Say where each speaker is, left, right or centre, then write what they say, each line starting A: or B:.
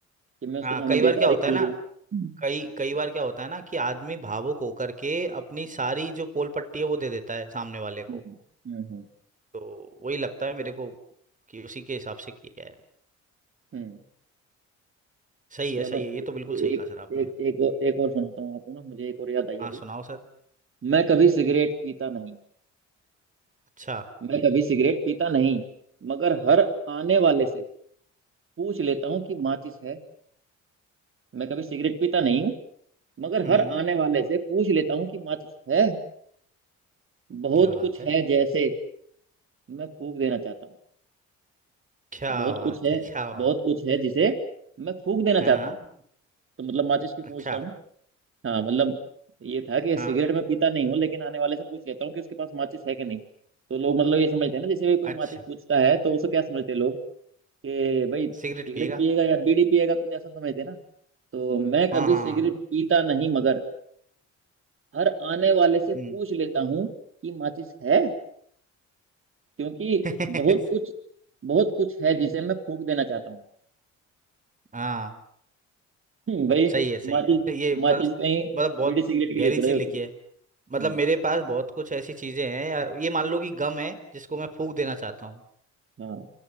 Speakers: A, on the right; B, on the right.
A: कि मैं उसके
B: हाँ
A: सामने
B: कई बार
A: बेकार
B: क्या होता
A: ही खुल
B: है ना
A: गया हम्म
B: कई कई बार क्या होता है ना कि आदमी भावुक होकर के अपनी सारी जो पोल पट्टी है वो दे देता है सामने वाले को
A: हम्म हम्म
B: तो वही लगता है मेरे को कि उसी के हिसाब से किया है
A: हम्म।
B: सही
A: चलो
B: है सही है ये
A: ए-
B: तो बिल्कुल सही कहा
A: एक
B: सर आपने
A: एक एक और- एक और सुनाता हूँ आपको ना मुझे एक और याद आई
B: हाँ
A: अभी
B: सुनाओ सर
A: मैं कभी सिगरेट पीता नहीं
B: अच्छा
A: मैं कभी सिगरेट पीता नहीं मगर हर आने वाले से पूछ लेता हूँ कि माचिस है मैं कभी सिगरेट पीता नहीं हूँ मगर
B: हम्म
A: हर आने वाले से पूछ लेता हूँ कि माचिस है बहुत
B: क्या बात
A: कुछ
B: है
A: है जैसे मैं फूक देना चाहता हूँ
B: क्या
A: बहुत
B: बात
A: कुछ है
B: है क्या बात
A: बहुत कुछ है जिसे मैं फूक देना चाहता
B: है हाँ
A: हूँ तो मतलब माचिस की पूछता
B: अच्छा
A: हूँ हाँ मतलब ये था कि
B: हाँ
A: सिगरेट में पीता नहीं हूँ लेकिन आने वाले से पूछ लेता हूँ कि उसके पास माचिस है कि नहीं तो लोग मतलब ये समझते हैं ना जैसे कोई
B: अच्छा
A: माचिस पूछता है तो उसे क्या समझते हैं लोग कि भाई
B: सिगरेट
A: सिगरेट
B: पिएगा
A: पिएगा या बीड़ी पिएगा कुछ ऐसा समझते हैं ना तो मैं
B: हाँ
A: कभी
B: हाँ
A: सिगरेट
B: हाँ हाँ,
A: पीता नहीं मगर हर आने वाले से पूछ
B: हम्म
A: लेता हूँ कि माचिस है क्योंकि
B: <laughs>
A: बहुत कुछ बहुत कुछ है जिसे मैं फूक देना चाहता हूँ
B: हाँ
A: हम्म, भाई
B: सही है सही
A: माचिस
B: है तो ये बस
A: माचिस कहीं
B: मतलब बहुत
A: बीड़ी सिगरेट के
B: गहरी
A: लिए थोड़ा
B: चीज
A: ही होती
B: लिखी
A: है
B: है मतलब
A: हम्म
B: मेरे पास बहुत कुछ ऐसी चीजें हैं या ये मान लो कि गम है जिसको मैं फूंक देना चाहता हूँ
A: हाँ